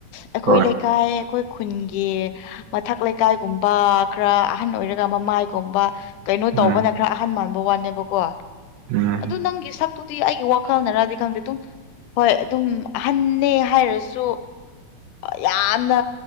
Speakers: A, on the left (about 85°); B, on the right (about 75°).
A: ꯑꯩꯈꯣꯏ
B: ꯍꯣꯏ
A: ꯂꯩ ꯀꯥꯏꯌꯦ ꯑꯩꯈꯣꯏ ꯈꯨꯟꯒꯤ ꯃꯊꯛ ꯂꯩꯀꯥꯏꯒꯨꯝꯕ ꯈꯔ ꯑꯍꯟ ꯑꯣꯏꯔꯒ ꯃꯃꯥꯏꯒꯨꯝꯕ ꯀꯩꯅꯣ
B: ꯎꯝ
A: ꯇꯧꯕꯅ ꯈꯔ ꯑꯍꯟ ꯃꯥꯟꯕ ꯋꯥꯅꯦꯕꯀꯣ
B: ꯎꯝ
A: ꯑꯗꯨ ꯅꯪꯒꯤ ꯁꯞ ꯇꯨꯗꯤ ꯑꯩꯒꯤ ꯋꯥꯈꯜꯅꯔꯗꯤ ꯈꯪꯗꯦ ꯇꯨꯝ ꯍꯣꯏ ꯑꯗꯨꯝ ꯑꯍꯟꯅꯦ ꯍꯥꯏꯔꯁꯨ ꯌꯥꯝꯅ